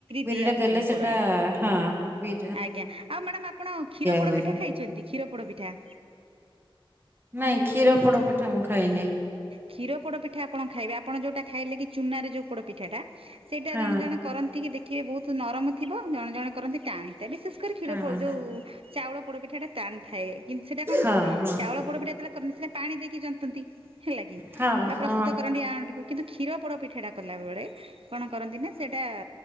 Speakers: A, on the right; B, on the right.
A: ବିରି
B: ଦିଆ
A: ଟା
B: ହୁଏନି
A: ଦେଲେ ସେଟା
B: ପୋଡ ଆଡେ
A: ହଁ ବି
B: ଆଜ୍ଞା ଆଉ ମ୍ୟାଡାମ୍ ଆପଣ କ୍ଷୀର ପୋଡ଼
A: ହୁଏନି।
B: ପିଠା ଖାଇଛନ୍ତି? କ୍ଷୀର ପୋଡ଼ ପିଠା
A: ନାଇଁ କ୍ଷୀର ପୋଡ଼ ପିଠା ମୁଁ ଖାଇନି।
B: କ୍ଷୀର ପୋଡ଼ ପିଠା ଆପଣ ଖାଇବେ? ଆପଣ ଯୋ ଉଟା ଖାଇଲେ କି ଚୁନାରେ ଯୋଉ ପୋଡ଼ ପିଠା ଟା ସେଇଟା
A: ହଁ
B: ଜଣେ ଜଣେ କରନ୍ତି କି ଦେଖିବେ ବହୁତ ନରମ ଥିବ ଜଣେ ଜଣେ କରନ୍ତି ଟାଣ ସେଇଟା <unintelligible> ବିଶେଷ କରି କ୍ଷୀର
A: ଟାଣ
B: ଯୋଉ ଚାଉଳ ପୋଡ଼ ପିଠା ଟା ଟାଣ ଥାଏ। କିନ୍ତୁ ସେଇଟା କଣ
A: ହଁ
B: କି ଚାଉଳ ପୋଡ଼ପିଠା ଟା ଯେତେବେଳେ <unintelligible> କରନ୍ତି ସେଟା ପାଣି ଦେଇକି ଜନ୍ତନ୍ତି। ହେଲା କି କ୍ଷୀର
A: ହଁ ହଁ ହଁ।
B: ପ୍ରସ୍ତୁତ କରନ୍ତି। ଆଣଟିକୁ କିନ୍ତୁ କ୍ଷୀରପୋଡ଼ ପିଠା ଟା କଲା ବେଳେ କଣ କରନ୍ତି ନା ସେଇଟା